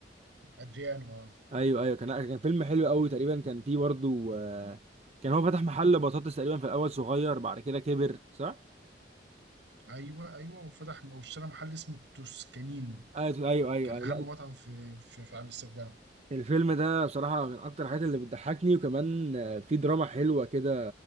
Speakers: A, on the right; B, on the right.
A: أدريان اه
B: ايوه ايوه كان كان فيلم حلو قوي تقريبا كان فيه برضه آه، كان هو فتح محل بطاطس تقريبا في الاول صغير بعد كده كبر صح
A: ايوه ايوه وفتح واشترى محل اسمه التوسكانين
B: ايوه ايوه ايوه,
A: كان
B: أيوة.
A: اهم
B: لا
A: مطعم في في, في امستردام
B: الفيلم ده بصراحة من أكتر الحاجات اللي بتضحكني وكمان آه، في دراما حلوة كده